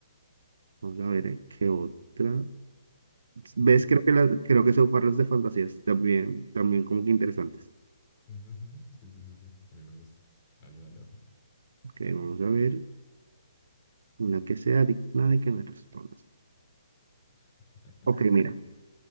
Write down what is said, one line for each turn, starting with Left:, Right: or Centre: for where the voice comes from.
Right: Vamos a ver, eh, ¿qué otra? ¿Ves?
Left: Mm.
Right: Creo que, la- creo que son parras de fantasías también, también como que interesantes.
Left: Ujú, ujú. Sí, sí, sí, sí. A mí me gusta. Dale, dale otra.
Right: Ok, vamos a ver una que sea digna de que me respondas.
Left: <laughs>
Right: Ok, mira.